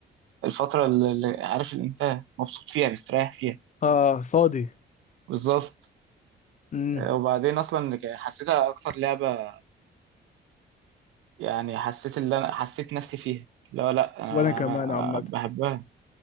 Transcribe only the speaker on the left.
اه فاضي
مم.
وانا كمان عامه